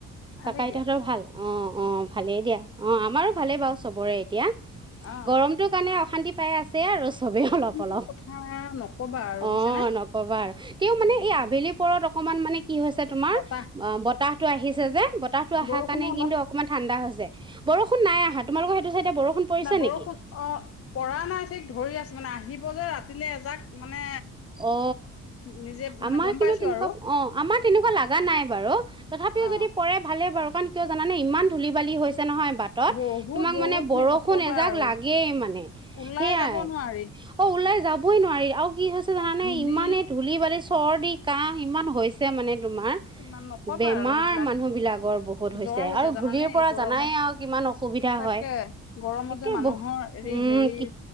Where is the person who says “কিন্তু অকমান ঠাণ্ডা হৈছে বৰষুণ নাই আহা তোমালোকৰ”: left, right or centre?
Right